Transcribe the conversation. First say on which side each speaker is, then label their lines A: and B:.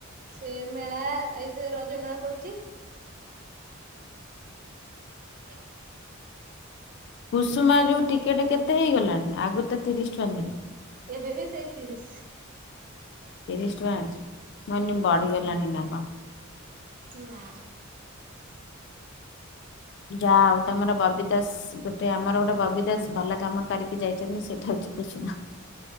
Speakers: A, on the right (about 40°); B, on the left (about 55°).
A: ସେ ମେଳା ଏଇ ରଜ ମେଳା ପଡୁଛି। ହ
B: କୁସୁମା ଯୋଉ ଟିକେଟ କେତେ ହେଇଗଲାଣି ଆଗରୁ ତ ତିରିଶ ଟଙ୍କା ଥିଲା?
A: ଏବେ ବି ସେଇ ତିରିଶ।
B: ତିରିଶ ଟଙ୍କା ମୁଁ କହିଲି ବଢିଗଲାଣି
A: ହୁଁ
B: ନା କଣ?
A: ନା।
B: ଯା ଆଉ ତମର ବବି ଦାସ ଗୋଟେ ଆମର ଗୋଟେ ବବି ଦାସ ଭଲ କାମ କରିକି ଯାଇଛନ୍ତି ସେଇଟା ହଉଛି କୁସୁମା।